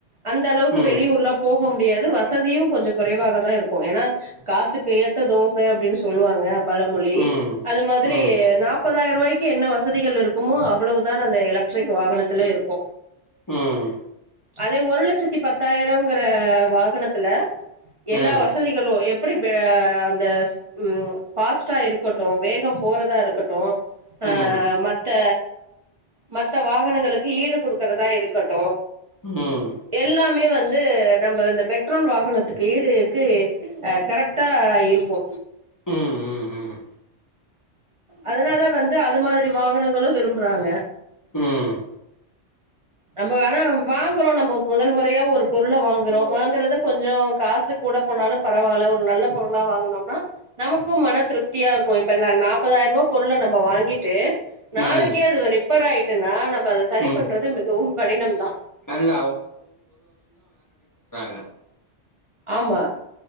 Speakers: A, on the right; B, on the left.
A: அந்த அளவுக்கு
B: ம்
A: வெளியூர்லா போ போ முடியாது வசதியு கொஞ்சோ குறைவாகதா இருக்கு ஏனா காசு கேத்த தோச அப்படின்னு சொல்லுவாங்க பழமொழி
B: ம்
A: அது மாதிரி
B: ம்
A: நாப்ப தாயர்வாய்க்கு என்ன வசதிகள் இருக்குமோ அவ்வளவுதான் அந்த எலக்ட்ரிக் வாகனத்துல இருக்கு
B: ம்
A: அதே ஒரு லட்சத்தி பத்தாயிரங்கிற வாகனத்துல எல்லா
B: அ
A: வசதிகளு எப் இப்ப அந்த ம் பாஸ்ட்டா இருக்கட்டு வேக போறதா இருக்கட்டு ஆ
B: ம்
A: ஆ மத் த்த மத்த வாகனங்களுக்கு ஈடு குடுக்குறதா இருக்கட்டு
B: ம்
A: எல்லா இன்னுமே வந்து நம்ப இந்த பெட்ரோல் வாகனத்துக்கு ஈடுக்கு அஹ் கரெக்ட் ட்டா இருப்போ
B: ம் ம் ம்
A: அதனால வந்து அது மாதிரி வாகனங் சொல்ல விரும்புறாங்க
B: ம் ம்
A: நம்ப ஆனா வாங்குறோ நம்ப முதல் மொறையா ஒரு பொருள வாங்குறோ வாங்குறத கொஞ்சோ காசு கூட போனாலு பரவால்ல ஒரு நல்ல பொருளா வாங்குனோம்னா நமக்கும் மன திருப்தியாருக்கு இப்ப நா நாப் முப்பதாயிர்ரூவா பொருள நம்ம வாங்கிட்டு நாளைக்கே
B: ம்
A: அதுல ரிப்பேர் ஆயிட்டுனா நம்ப அத சரி
B: ம்
A: பண்றது மிகவும் கடினம் தா
B: அல்ல அ
A: ஆமா